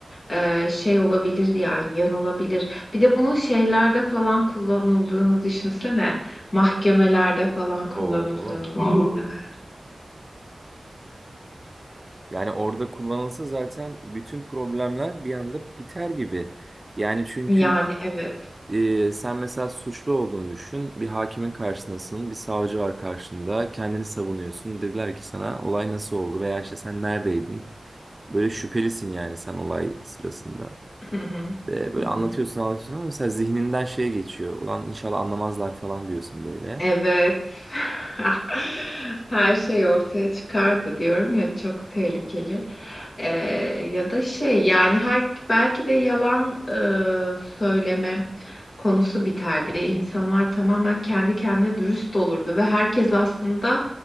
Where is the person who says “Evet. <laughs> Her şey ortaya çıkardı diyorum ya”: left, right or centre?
Left